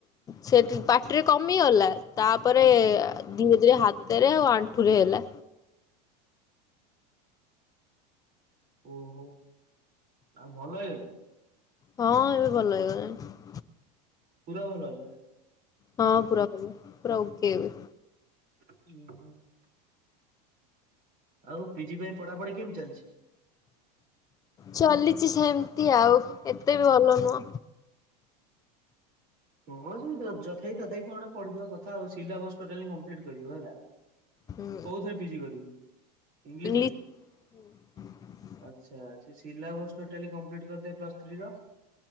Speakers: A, on the left (about 15°); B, on the right (about 45°).
A: ସେଠି ପାଟିରେ କମିଗଲା ତାପରେ ଧୀରେ ଧୀରେ ହାତରେ ଆଉ ଆଣ୍ଠୁ ରେ ହେଲା।
B: ଓହୋ ଆଉ ଭଲ ହେଇଗଲା।
A: ହଁ ଏବେ ଭଲ ହେଇଗଲାଣି।
B: ପୁରା ଭଲ ହେଇଗଲା।
A: ହଁ ପୁରା ଭଲ ପୁରା ଓକେ ଏବେ।
B: <inaudible> ଆଉ ପିଜି ପାଇଁ ପଢାପଢି କେମିତି ଚାଲିଚି?
A: ଚଲିଛି ସେମିତି ଆଉ ଏତେ ବି ଭଲ ନୁହଁ।
B: ହଁ ଯଥାଇି ତଥାଇି କଣଟା ପଢିଥିବା କଥା ଆଉ ସିଲାବସ ଟୋଟାଲି କମ୍ପ୍ଲିଟ କରିବ ହେଲା।
A: ହୁଁ।
B: କୋଉଥିରେ ପିଜି କରିବୁ ଇଂଲିଶରେ।
A: ଇଂଲିଶ <inaudible>
B: ଆଚ୍ଛା ସେ ସିଲାବସ ଟେଲି କମ୍ପିଟି କରିଦ ପ୍ଲସ୍ ଥ୍ରୀର।